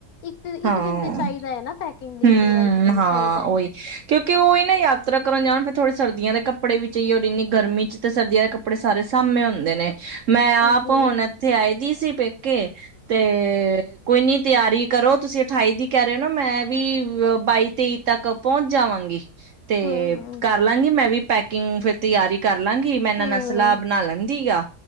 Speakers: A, on the left (about 70°); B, on the right (about 65°).
A: ਇੱਕ ਤੇ
B: ਹਾਂ
A: ਇੱਕ ਦਿਨ ਤੇ ਚਾਹੀਦਾ ਹੈ ਨਾ ਪੈਕਿੰਗ ਲਈ
B: ਹਮ
A: ਪੂਰਾ ਇੱਕ ਦਿਨ
B: ਹਾਂ
A: ਚਾਹੀਦਾ ਹੈ।
B: ਉਹੀ ਕਿਉਂਕਿ ਉਹੀ ਨਾ ਯਾਤਰਾ ਕਰਨ ਜਾਣ ਫਿਰ ਥੋੜੇ ਸਰਦੀਆਂ ਕੱਪੜੇ ਵੀ ਚਾਹੀਏ। ਉਹ ਇਨੀ ਗਰਮੀ ਚ ਤੇ ਸਰਦੀਆਂ ਦੇ ਕੱਪ ਕੱਪੜੇ ਸਾਰੇ ਸਾਮੇ ਹੁੰਦੇ ਨੇ ਮੈਂ ਆਪ
A: ਉਹੀ
B: ਹੁਣ ਇੱਥੇ ਆਈ ਦੀ ਸੀ ਪੇਕੇ ਤੇ, ਕੋਈ ਨੀ ਤਿਆਰੀ ਕਰੋ ਤੁਸੀਂ ਅਠਾਈ ਦੀ ਕਹਿ ਰਹੇ ਹੋ ਨਾ ਮੈਂ ਵੀ ਬਾਈ- ਤੇਈ ਤੱਕ ਪਹੁੰਚ ਜਾਵਾਂਗੀ। ਤੇ,
A: ਹਮ
B: ਕਰ ਲਾਂਗੀ ਮੈਂ ਵੀ ਪੈਕਿੰਗ ਫਿਰ ਤਿਆਰੀ ਕਰ ਲਾਂਗੀ ਮੈਂ ਇਹਨਾਂ
A: ਹਮ
B: ਨਾਲ ਸਲਾਹ ਬਣਾ ਲੈਂਦੀ ਆ।